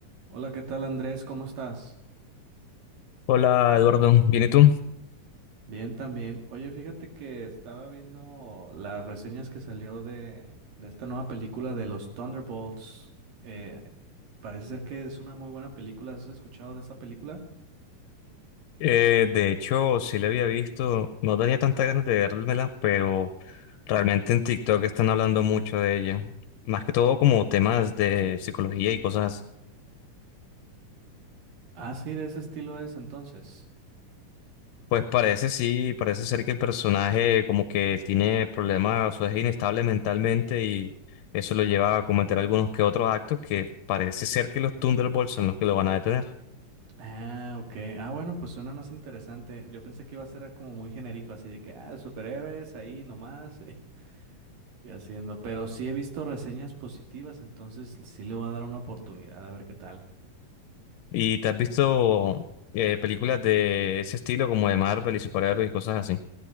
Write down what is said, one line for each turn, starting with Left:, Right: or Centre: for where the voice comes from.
Right: Hola, ¿qué tal Andrés? ¿Cómo estás?
Left: Hola Eduardo, ¿bien y tú?
Right: Bien, también. Oye, fíjate que estaba viendo las reseñas que salió de, de esta nueva película de los Thunderbolts. Eh, parece ser que es una muy buena película. ¿Has escuchado de esa película?
Left: Eh, de hecho, sí la había visto, no tenía tantas ganas de vérmela, pero realmente en TikTok están hablando mucho de ella. Más que todo como temas de psicología y cosas. así.
Right: Ah, sí, de ese estilo es entonces.
Left: Pues parece sí, parece ser que el personaje como que tiene problemas o es inestable mentalmente y eso lo lleva a cometer algunos que otros actos que parece ser que los Thunderbolts son los que lo van a detener.
Right: Ah, ok. Ah, bueno, pues suena más interesante. Yo pensé que iba a ser como muy genérico, así de que, ah, superhéroes ahí nomás <laughs> y haciendo. Pero sí he visto reseñas positivas, entonces sí le voy a dar una oportunidad a ver qué tal.
Left: ¿Y te has visto eh, películas de ese estilo como de Marvel y superhéroes y cosas así?